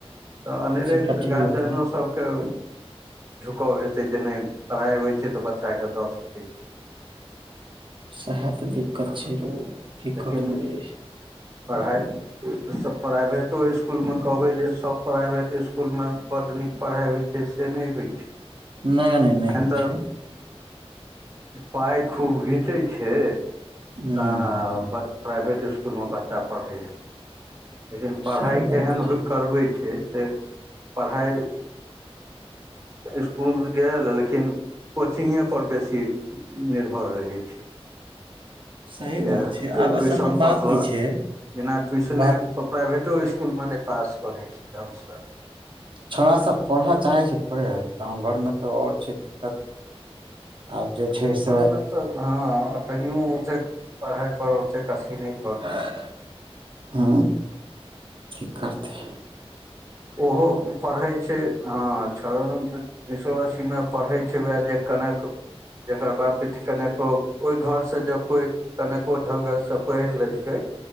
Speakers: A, on the right (about 30°); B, on the right (about 55°).
A: तऽ अनेरे
B: सबटा ठीक
A: गार्जियनो
B: बात है
A: सबके झुकाव हेतै जे नहि पढ़ाइ होइ छै तऽ बच्चाकेँ दऽ सकै छै
B: सएह तऽ दिक्कत छै रो की
A: लेकिन
B: करतै
A: पढ़ाइ प्राइभेटो इस्कुलमे कहबै जे सभ प्राइभेट इस्कुलमे बड नीक पढ़ाई होइ छै से नहि होइ छै।
B: नहि नहि नहि
A: एखन
B: हो
A: तऽ
B: छै।
A: पाइ खूब घीचै छै
B: हूं
A: तऽ
B: हूं
A: प्राइवेट इसकुलमे बच्चा पढ़ैए लेकिन पढ़ाइ
B: सही बात
A: केहन हो करबै छै से पढ़ाइ स्कूल गेल लेकिन कोचिंगे पर बेसी से निर्भर रहै छै।
B: सही बात
A: जे
B: छै आब
A: ट्यूशन
B: असल मे
A: पढ़लक
B: बात की छै
A: बिना ट्यूशने
B: बात
A: प्राइभेटो इसकुलमे नहि पास करै छै दिया पुता
B: छौड़ास सभ पढ़य चाहैत छै थोड़े गाम घरमे तऽ आओर छै दिक्कत आब जे छै
A: घरमे
B: से
A: तऽ हँ अखनो ओतेक पढ़ाइ पर ओतेक अथी नहिछै
B: ह की करबिहि
A: ओहो पढ़ै छै हँ छओ सओ अस्सीमे पढ़ैत छै उएह जे कनक जकर बाप पिटी कनिको ओहि घरसँ जँ कोइ कनेको डग से पढ़ि लेलकै